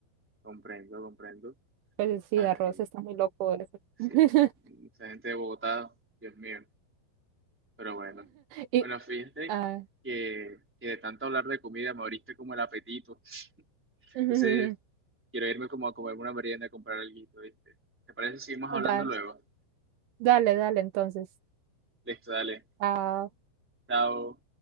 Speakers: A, in the centre; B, on the right.
A: comprendo, comprendo.
B: pues sí,
A: Ay,
B: de arroz está muy loco eso.
A: sí,
B: <laughs>
A: esa gente de Bogotá, Dios mío. Pero bueno,
B: Y,
A: bueno, fíjate
B: ah,
A: que, que de tanto hablar de comida me abriste como el apetito.
B: <laughs>
A: Entonces... Quiero irme como a comer una merienda, a comprar algo, ¿viste? ¿Te parece si seguimos
B: dale.
A: hablando luego?
B: Dale, dale, entonces.
A: Listo, dale.
B: Ah,
A: Chao.